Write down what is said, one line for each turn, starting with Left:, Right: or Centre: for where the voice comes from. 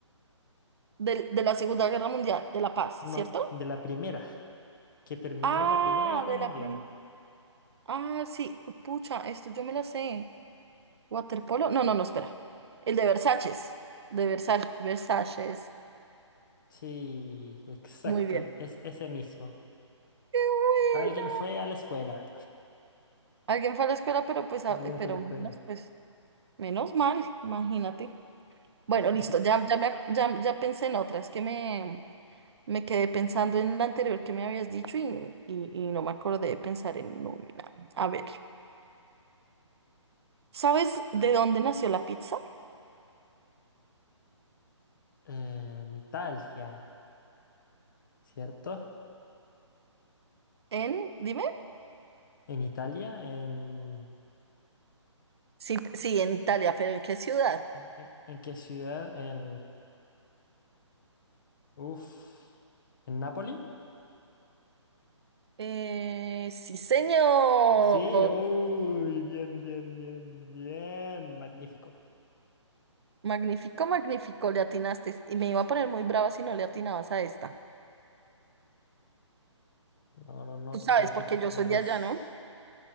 Right: del- de la Segunda Guerra Mundial, de la paz,
Left: No,
Right: ¿cierto?
Left: de la primera. Que terminó
Right: Ah,
Left: la Primera Guerra
Right: de
Left: Mundial.
Right: la primera. Ah, sí, pucha, esto yo me la sé. Waterpolo. No, no, no, espera. El de Versalles. De Versalles. Versalles.
Left: Sí, exacto.
Right: Muy bien.
Left: Es ese mismo.
Right: ¡Qué bueno!
Left: Alguien fue a la escuela.
Right: Alguien fue a la escuela, pero
Left: <laughs>
Right: pues, a-
Left: Alguien
Right: pero
Left: fue a la escuela.
Right: menos, pues, menos mal, imagínate. Bueno,
Left: <laughs>
Right: listo, ya, ya, me- ya, ya pensé en otra, es que me, me quedé pensando en la anterior que me habías dicho y, y, y no me acordé de pensar en una. A ver, ¿sabes de dónde nació la pizza?
Left: Eh, en Italia, ¿cierto?
Right: En, dime.
Left: En Italia, en...
Right: Sí, p- sí, en Italia, pero ¿en qué ciudad?
Left: ¿En en- en qué ciudad? En... Uf. ¿En Nápoli?
Right: Eh, sí, señor.
Left: Sí, uy, bien, bien, bien, bien. Magnífico.
Right: Magnífico, magnífico, le atinaste. Y me iba a poner muy brava si no le atinabas a esta.
Left: No, no, no,
Right: Tú sabes,
Left: tú sabes
Right: porque
Left: que aquí tu
Right: yo
Left: amigos.
Right: soy de allá, ¿no?